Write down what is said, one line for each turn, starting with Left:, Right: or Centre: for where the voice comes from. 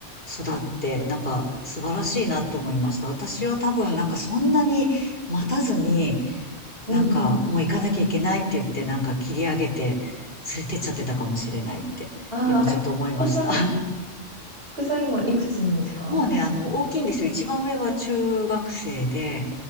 Left: 育って、なんか素晴らしいなって思いました。私は多分なんかそんなに待たずに、
Right: うんうん。
Left: なんかもう行かなきゃいけないって言って、なんか切り上げて連れてっちゃってたかもしれないって、
Right: ああ、
Left: 今ちょっと思いました。
Right: え、お子さん、
Left: <laughs>
Right: お子さん今いくつなんですか
Left: もうね、あの、大きいんですよ。一番上は中学生で、